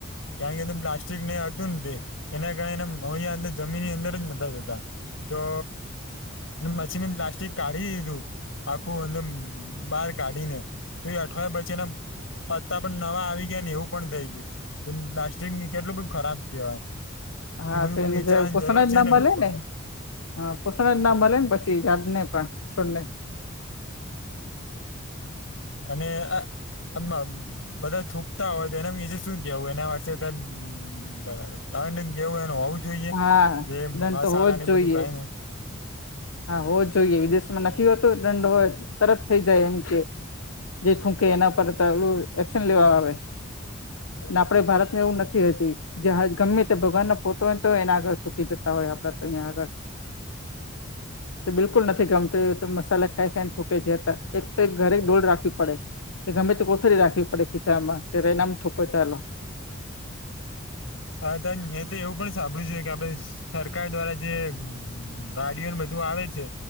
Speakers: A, on the left; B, on the left.
A: ક્યાં કે પ્લાસ્ટિક ને હતું, નેતે એના કારણે એમ. હું અહીં અંદર જમીનની અંદર જનતા જતાતો, એટલે મછીનને પ્લાસ્ટિક કાઢી દીધું, આખું એમ બહાર કાઢીને તોએ અઠવાડિયા પછીના પત્તા પણ નવા આવ્યા. ગયાને એવું પણ થઈ ગયું, પ્લાસ્ટિકની કેટલું બધું ખરાબ કહેવાય.
B: હા
A: એ બધું
B: તો એને
A: નીચાવાની
B: જે પોષણ
A: જરૂર
B: જ
A: છે,
B: ના
A: ને
B: મળે
A: લોકોને
B: હા પોષણજ ના મળે ને પછી યાદને પણ છોડને,
A: અને આ આમાં, બધા થૂકતા હોય તો એના નીચે શું કવું એના વિશે બરાબર. હ જેવું એનું હોવું જોઈએ,
B: હા
A: જે
B: દંડ
A: મસાલા
B: તો હોવો જ
A: ને
B: જોઈએ
A: બધું કાંઈ નથી.
B: હા હોવ જોઈએ વિદેશમાં નથી હોત દંડ હોય તરત થઈ જાય એમ કે, જે થૂકે એના પરું એક્શન લેવા આવે આપડે ભારતમાં એવું નથી. હજી જે ગમેતે ભગવાનો ફોટોતો હોય, એને આગળ ચૂકી જતા હોય, આપડે તો અહીંયા આગળ, તે બિલકુલ નથી ગમતું તો મસાલા ખાઈખાઈને થુકાઈ જતા એકતો ઘરે ડોલ રાખવી પડે. કે ગમેતો કોથરી રાખવી પડે, ખીચામાં ત્યારે એનામ થૂકો ચાલો.
A: હા ત્યારે મેંતો એવું પણ સાંભળ્યું છે, કે આપડે સરકાર દ્વારા જે ગાડીઓના બધું આવે છે